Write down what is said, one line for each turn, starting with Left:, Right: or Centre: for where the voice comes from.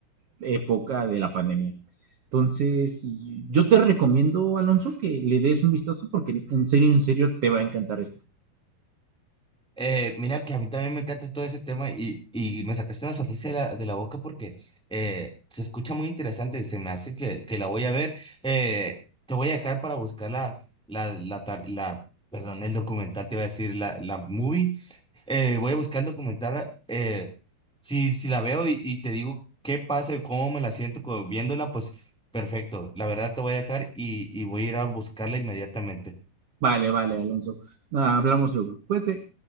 Right: época de la pandemia. Entonces, y- yo te recomiendo, Alonso, que le des un vistazo porque en serio, en serio, te va a encantar esto.
Centre: Eh, mira que a mí también me encanta todo ese tema y, y me sacaste una sonrisa de la, de la boca porque eh, se escucha muy interesante, se me hace que, que la voy a ver. Eh, te voy a dejar para buscar la, la, la, tar- la- perdón, el documental, te voy a decir, la, la movie. Eh, voy a buscar el documental, eh, si, si la veo y, y te digo qué pasa y cómo me la siento co- viéndola, pues perfecto, la verdad te voy a dejar y, y voy a ir a buscarla inmediatamente.
Right: Vale, vale, Alonso. Nada, hablamos luego. Cuente.